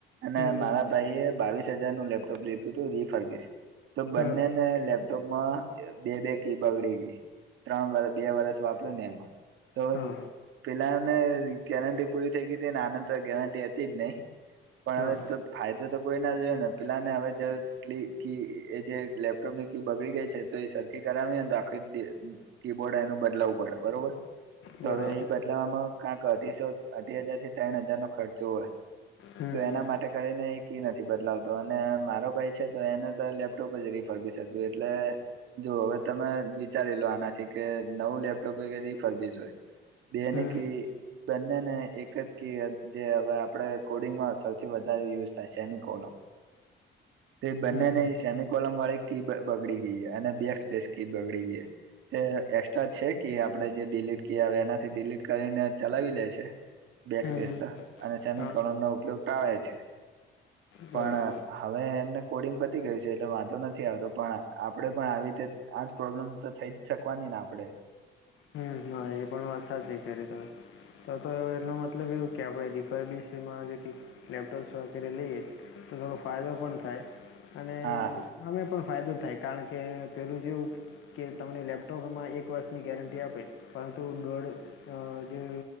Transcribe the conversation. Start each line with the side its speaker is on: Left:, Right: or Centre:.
Right: અને
Left: હમ હમ
Right: મારા ભાઈએ બાવીસ હજારનું લેપટોપ લીધું તું રિફર્બિસ તો બંનેને
Left: હા
Right: લેપ ટૂંકમ બે બે કી બગડી ગઈ ત્રણ વરસ બે વરસ વાપર્યું ને એમાં. તો
Left: હા
Right: પેલાને ગેરંટી પૂરી થઈ ગીતી ને આન તો ગેરંટી હતી જ નહી. પણ
Left: હા
Right: હવે
Left: હા
Right: તો ફાયદો તો કોઈ ના જ રહ્યો ને પેલાને હવે જજ એ કી એ જે લેપટોપ ને કી બગડી ગઈ છે તો એ સરખી કરાવીએન તો આખી ડે કીબોર્ડ એનું બદલાવું પડ બરોબર. તો
Left: બરાબર
Right: હવે એ બદલાવવામાં કકાંક અઢીસો અઢી હજાર થી તૈણ હજાર નો ખર્ચો હ.
Left: હમ
Right: તો
Left: હમ
Right: એના માટે કરીને એ કી નથી બદલાવતો અને મારો છે તો એને તો લેપ તો પછી રીફર્બીસ એટલે જો હવે તમે વિચારી લો આનાથી કે નવું લેપટોપ હોય કે રીફર્બીસ જોય. બે
Left: હમ
Right: ની કી બંનેને એક જ કી હત જે હવે આપણે કોડિંગમાં અસ સૌથી વધારે યુઝ થાય સેમિકોલમ. તો એ બંનેની
Left: હમ
Right: સેમી કોલમ વાળી કીબ બગડી ગઈ અને બેક્સ સ્પેસ કી બગડી ગઈ. તે એસ્ટ્રા છે કે આપણે જે ડીલીટ કી આવે એનાથી ડીલીટ કરીને ચલાવી લે છે. બેક
Left: હમ
Right: સ્પેસ
Left: હમ
Right: તો અને સેમી
Left: હા
Right: કોલમનો ઉપયોગ ટાળે છે.
Left: બરાબર
Right: પણ હવે એમને કોડિંગ પતી ગયું છે એટલે વાંધો નથી આવતો પણ આપણેે પણ આવી રીતે આજ પ્રોબ્લેમ તો થઈ જ શકવાની ને આપડે.
Left: હમ હ એ પણ વાત સાચી કરી તમે. તો તો એનો મતલબ એવું કે રીફર્બીસમાં જે કઈ લેપટોપ્સ વગેરે લઈએ તો થોડો ફાયદો પણ થાય અને
Right: હા
Left: અમે પણ ફાયદો થાય કારણ કે પેલું જેવું કે તમને લેપટોપમાં એક વર્ષની ગેરંટી આપે તો દોઢ અ જે